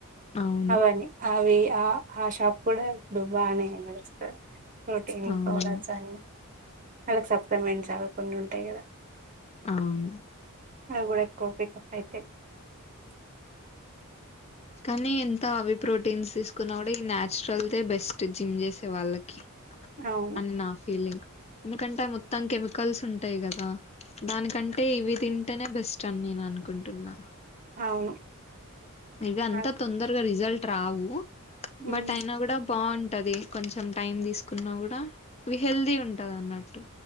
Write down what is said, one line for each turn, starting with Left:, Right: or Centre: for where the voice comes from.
Left: అవును
Right: అవని అవి ఆ ఆ షాప్ కూడా ఇప్పుడు బానే నడుస్తాది ప్రోటీన్
Left: అవునవును
Right: పౌడర్స్ అని వాళ్ళకి సప్లిమెంట్స్ అవి కొన్ని ఉంటాయి కదా
Left: అవును
Right: అవి కూడా ఎక్కువ పిక్ అప్ అయితే
Left: కానీ ఎంత అవి ప్రోటీన్స్ తీసుకున్నా కూడా ఈ natural they best gym చేసే వాళ్ళకి
Right: అవును
Left: అని నా ఫీలింగ్ ఎందుకంటే మొత్తం కెమి కల్స్ ఉంటాయి కదా దానికంటే ఇవి తింటేనే బెస్ట్ అని నేను అనుకుంటున్నా
Right: అవును
Left: ఇగ అంత
Right: అ
Left: తొందరగా రిజల్ట్ ట్రావు
Right: ఉమ్
Left: బట్ అయినా కూడా బావుంటది కొంచెం టైం తీసుకున్నా కూడా ఇవి హెల్తీ ఉంటదన్నట్టు